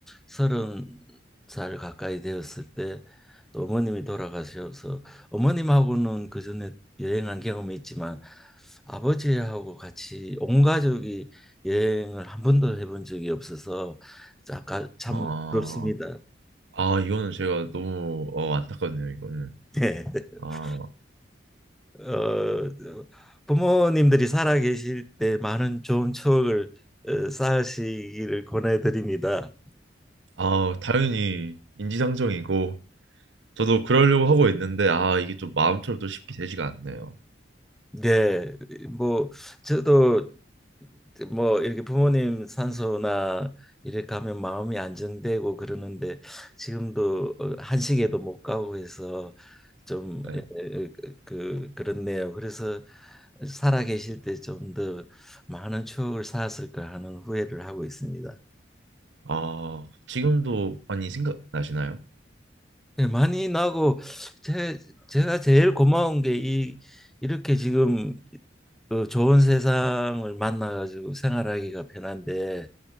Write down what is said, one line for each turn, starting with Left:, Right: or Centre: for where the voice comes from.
Centre: 서른 살 가까이 되었을 때 또 어머님이 돌아가셔서 어머님하고는 그 전에 여행한 경험이 있지만 아버지하고 같이 온 가족이 여행을 한 번도 해본 적이 없어서 아까 참
Right: 아,
Centre: 부럽습니다.
Right: 아 이거는 제가 너무 어, 안타깝네요, 이거는.
Centre: <laughs>
Right: 아.
Centre: 네. 어, 부모님들이 살아 계실 때 많은 좋은 추억을 어, 쌓으시기를 권해드립니다.
Right: 아, 당연히 인지상정이고 저도 그러려고 하고 있는데 아, 이게 좀 마음처럼 또 쉽게 되지가 않네요.
Centre: 네, 뭐 저도 뭐 이렇게 부모님 산소나 이렇게 가면 마음이 안정되고 그러는데 지금도 어, 한식에도 못 가고 해서 좀
Right: 네.
Centre: 에, 에, 그 그, 그렇네요. 그래서 살아 계실 때 좀 더 많은 추억을 쌓았을까 하는 후회를 하고 있습니다.
Right: 아, 지금도 많이 생각나시나요?
Centre: 네, 많이 나고 제 제가 제일 고마운 게 이 이렇게 지금 그 좋은 세상을 만나가지고 생활하기가 편한데